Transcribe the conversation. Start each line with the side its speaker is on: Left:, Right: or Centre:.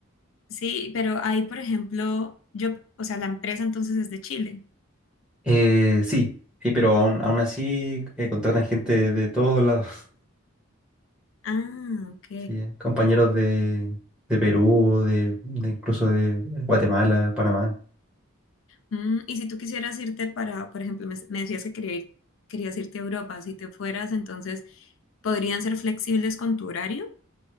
Left: Sí, pero ahí, por ejemplo, yo, o sea, la empresa entonces es de Chile.
Centre: Eh, sí, sí, pero aún, aún así eh, contratan gente de todos lados.
Left: Ah, ok.
Centre: Sí, eh, compañeros de, de Perú, de, de incluso de Guatemala, Panamá.
Left: Mm, y si tú quisieras irte para, por ejemplo, me, me decías que quería ir- querías irte a Europa, si te fueras, entonces, ¿podrían ser flexibles con tu horario?